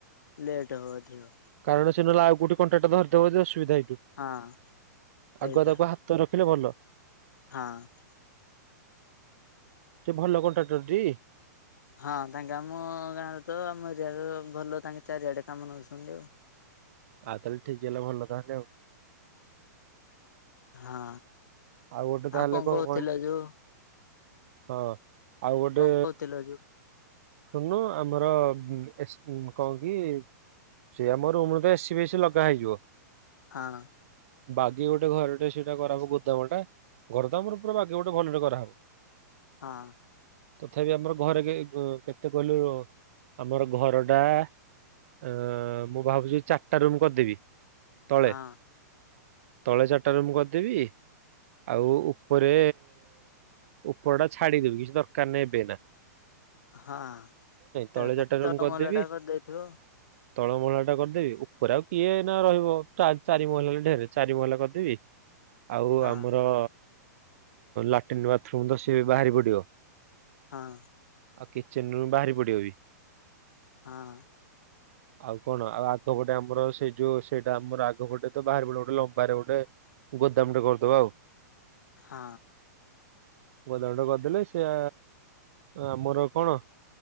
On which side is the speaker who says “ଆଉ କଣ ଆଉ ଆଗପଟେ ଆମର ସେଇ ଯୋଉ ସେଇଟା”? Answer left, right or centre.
Right